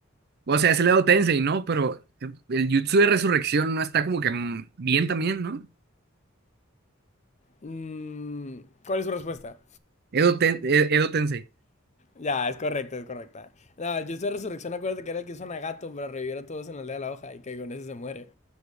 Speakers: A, on the right (about 50°); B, on the left (about 35°).
A: o sea, es el Edo Tensei, ¿no? Pero el Jutsu de Resurrección no está como que mm, bien también, ¿no?
B: Mm, ¿Cuál es su respuesta?
A: Edo, Ten- eh, Edo Tensei.
B: Ya, es correcta, es correcta. No, Jutsu de resurrección, acuérdate que era el que usa Nagato para revivir a todos en la aldea de la hoja y que con ese se muere.